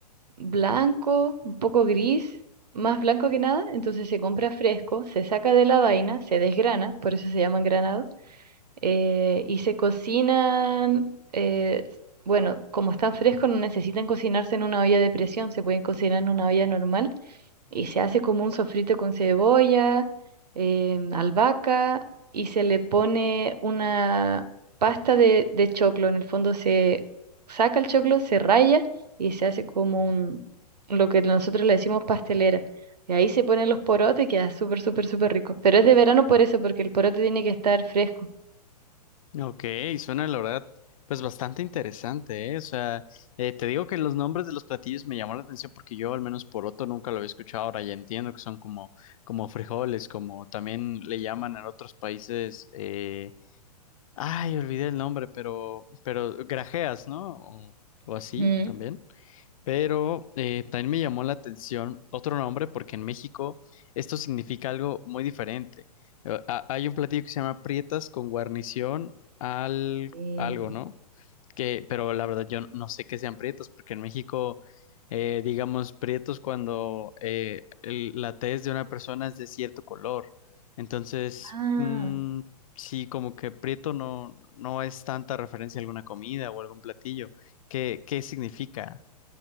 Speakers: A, on the right; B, on the left.
A: blanco, un poco gris, más blanco que nada. Entonces se compra fresco, se saca de la vaina, se desgrana, por eso se llaman granados eh, y se cocinan, eh, bueno, como están frescos no necesitan cocinarse en una olla de presión, se pueden cocinar en una olla normal y se hace como un sofrito con cebolla, eh, albahaca y se le pone una pasta de, de choclo, en el fondo se saca el choclo, se raya y se hace como un, lo que nosotros le decimos pastelera. Y ahí se ponen los porotes y queda súper, súper, súper rico. Pero es de verano por eso, porque el porote tiene que estar fresco.
B: Ok, suena la verdad, pues bastante interesante, ¿eh? O sea, eh, te digo que los nombres de los platillos me llamó la atención porque yo al menos por otro nunca lo había escuchado, ahora ya entiendo que son como, como frijoles, como también le llaman en otros países, eh, ay, olvidé el nombre, pero, pero grajeas, ¿no? O, o así
A: Ujú.
B: también. Pero eh, también me llamó la atención otro nombre porque en México esto significa algo muy diferente. Eh, ha- Hay un platillo que se llama prietas con guarnición al
A: Sí.
B: algo, ¿no? Que, pero la verdad yo no sé qué sean prietos porque en México, eh, digamos, prietos cuando eh, el- la tez de una persona es de cierto color. Entonces,
A: Ah,
B: mm, sí, como que prieto no, no es tanta referencia a alguna comida o algún platillo. ¿Qué, qué significa?